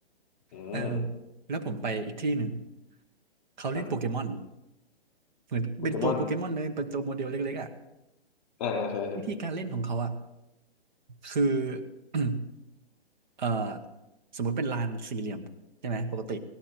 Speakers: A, on the left (about 35°); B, on the right (about 45°).
A: อืม
B: เออแล้วผมไปอีกที่หนึ่งเขาเล่นโปเกมอน
A: ครับ
B: เหมือนเป็นตัวโปเกมอนเลยเป็นตัวโมเดลเล็กๆอ่ะ
A: โปเกมอนอ่าอ่าใช่ใช่
B: วิธีการเล่นของเขาอ่ะคือ <coughs> <clears throat> เอ่อสมมติเป็นลานสี่เหลี่ยมใช่ไหมปกติ